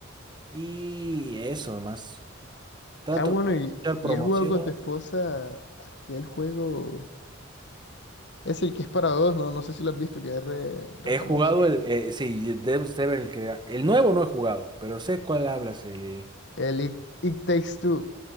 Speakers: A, on the right; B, on the left.
A: Y eso nomás. Trato
B: Ah, bueno,
A: de aprovechar
B: y, y
A: promoción.
B: has jugado con tu esposa aquel juego. Es el que es para dos, no, no sé si lo has visto, que es re, re
A: He
B: famoso.
A: jugado el... eh, sí, debes de ver el que... El nuevo no he jugado, pero sé cuál hablas, el...
B: El It, It Takes Two.